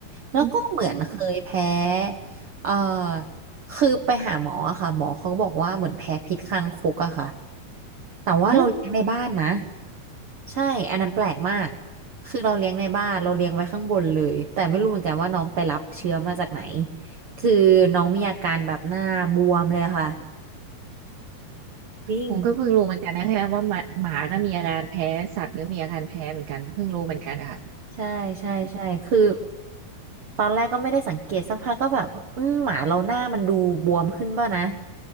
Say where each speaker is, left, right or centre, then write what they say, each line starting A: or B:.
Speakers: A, on the right; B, on the right.
A: แล้วก็เหมือนเคยแพ้
B: อืม
A: เอ่อคือไปหาหมออะค่ะหมอเขาก็บอกว่าเหมือนแพ้พิษคางคกอะค่ะแต่ว่าเราเลี้ยงในบ้านนะ
B: <laughs> ฮะ
A: ใช่ อันนั้นแปลกมาก คือเราเลี้ยงในบ้าน เราเลี้ยงไว้ข้างบนเลย แต่ไม่รู้เหมือนกันว่าน้องไปรับเชื้อมาจากไหน คือน้องมีอาการแบบหน้าบวมเลยค่ะจริง
B: ผมก็เพิ่งรู้เหมือนกันนะคะว่าหมาหมาก็มีอาการแพ้สัตว์ก็มีอาการแพ้เหมือนกันเพิ่งรู้เหมือนกันอะค่ะ
A: ใช่ใช่ใช่คือตอนแรกก็ไม่ได้สังเกตสักพักก็แบบอืมหมาเราหน้ามันดูบวมขึ้นป่ะนะ